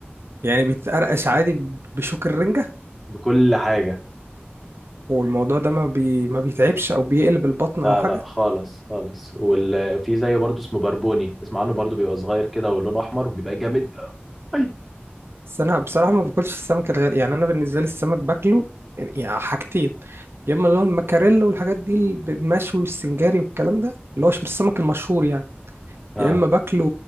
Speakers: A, on the right; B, in the centre.
A: يعني بيتقرقش عادي بشوك الرنجة
B: بكل حاجه
A: والموضوع ده ما بي ما بيتعبش او بيقلب البطن او
B: لا
A: حاجة
B: لا خالص خالص وفي زي برضه اسمه بربوني اسمع عنه برضه بيبقى صغير كده ولونه احمر بيبقى جامد أوي.
A: بس انا بصراحه ما باكلش السمك الغالي يعني انا بالنسبه لي السمك باكله يعني حاجتين يا اما اللي هو المكاريلا والحاجات دي اللي بالمشوي والسنجاري والكلام ده اللي هو مش السمك المشهور يعني
B: اه
A: يا اما باكله